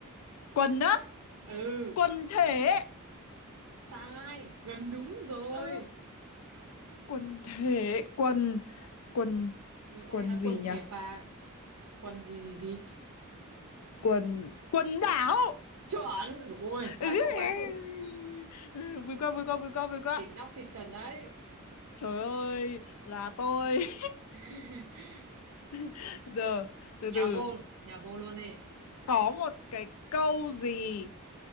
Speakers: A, on the left; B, on the right.
A: quần á
B: ừ
A: quần thể
B: sai gần đúng rồi
A: Ờ, quần thể quần quần
B: người ta
A: quần
B: hay nói
A: gì
B: quần
A: nhỉ
B: thể và quần gì gì gì
A: quần quần đảo
B: chuẩn rồi
A: Ừ,
B: bái
A: ừ,
B: phục bái
A: ừ.
B: phục
A: Ừ, vui quá vui quá vui quá vui quá
B: đỉnh nóc kịch trần đấy
A: trời ơi là tôi
B: <laughs>
A: <laughs> giờ từ
B: nhà
A: từ
B: vô nhà vô luôn đi
A: có một cái câu gì